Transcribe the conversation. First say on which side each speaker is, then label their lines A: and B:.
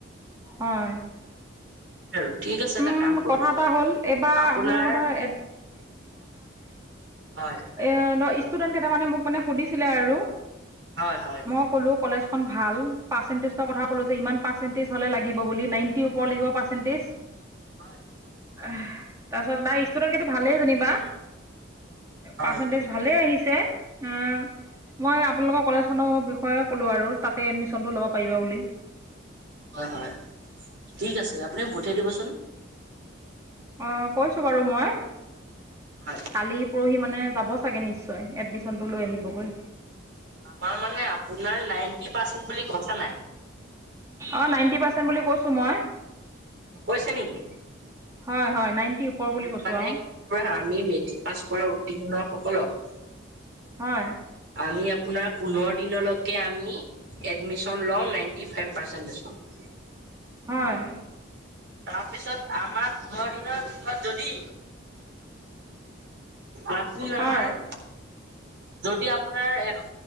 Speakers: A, on the right; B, on the right.
A: হয়।
B: আৰু ঠিক আছে, এটা
A: উম
B: কাম কৰি
A: কথা
B: <unintelligible>
A: এটা হ'ল এইবাৰ
B: আপোনাৰ
A: আপোনালোকৰ ধৰ
B: হয়।
A: এইয়া ন, ষ্টুডেণ্ট কেইটামানে মোক মানে সুধিছিলে আৰু।
B: হয়-হয়।
A: মই ক'লো কলেজখন ভাল, পাৰ্চেণ্টেজৰ কথা ক'লো যে, ইমান পাৰ্চেণ্টেজ হ'লে লাগিব বুলি, নাইনটি ওপৰ লাগিব পাচ পাৰ্চেন্তেছ
B: হয়।
A: এহ, তাৰপাছত নাই ষ্টুডেণ্ট কিন্তু ভালেই যেনিবা।
B: হয়
A: পাৰ্চেন্টেজ ভালেই আহিছে। উম, মই আপোনালোকৰ কলেজখনৰ বিষয়ে ক'লোঁ আৰু তাতে এডমিশ্যনটো ল'ব পাৰিব বুলি।
B: হয়-হয়, ঠিক আছে, আপুনি পঠিয়াই দিবচোন।
A: অ', কৈছো বাৰু মই।
B: হয়।
A: কালি পৰহি মানে যাব চাগে নিশ্চয়, এডমিশ্যনটো লৈ আহিবগৈ।
B: আমাৰ মানে আপোনাৰ নাইনটি পাৰ্চেন্ট বুলি কথা নাই।
A: অ', নাইনটি পাৰ্চেন্ট বুলি কৈছো মই।
B: কৈছে নেকি
A: হয়-হয়, নাইণ্টি ওপৰ বুলি
B: আমি
A: কৈছোঁ
B: মানে
A: আৰু
B: কি কৰো হা, আমি মেট্ৰিক পাছ কৰা উত্তীৰ্ণ সকলক
A: হয়।
B: আমি আপোনাৰ পোন্ধৰ দিনলৈকে আমি এডমিশ্যন লওঁ, নাইনটি ফাইভ পাৰ্চেন্টেছত।
A: হয়।
B: তাৰপিছত আমাৰ পোন্ধৰ দিনৰ ভিতৰত যদি আপোনাৰ,
A: হয়
B: যদি আপোনাৰ এস